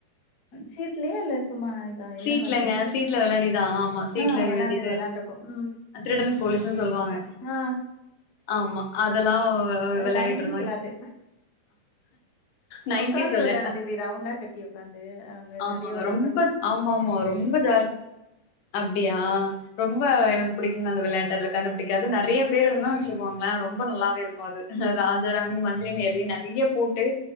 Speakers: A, on the left (about 45°); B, on the left (about 85°).
A: சீட்லயா இல்ல சும்மா இதா என்ன
B: சீட்லங்க
A: மாரி? மூ
B: சீட்ல வெளையாடிதா ஆமா சீட்ல
A: ஆ வெளாண்டு
B: எழுதிட்டு
A: வெளாண்டுருக்கோம். ம்.
B: அ திருடன் போலீஸ்னு சொல்லுவாங்க
A: ஆ
B: ஆமா அதெல்லா
A: அ
B: வெளாடிட்டு
A: நைன்டிஸ்
B: இருந்தோ
A: வெள்ளாட்டு
B: நைன்டிஸ்
A: உக்காந்து
B: வெளாட்டா
A: வெளையாடுறது இப்பிடி ரவுண்டா கட்டி உக்காந்து அங்க
B: ஆமாங்க
A: நறைய வெளையாண்டுருக்கோ
B: ரொம்ப ஆமா ஆமா ரொம்ப ஜால் அப்டியா ரொம் ரொம்ப எனக்கு புடிக்குங்க அந்த வெளையாட்டு அதுல கண்டுபுடிக்காது நறைய பேரு இருந்தா வச்சிக்கோங்களே ரொம்ப நல்லாவே இருக்கு அது ராஜ ராணி மந்திரின் நெறை நெறைய போட்டு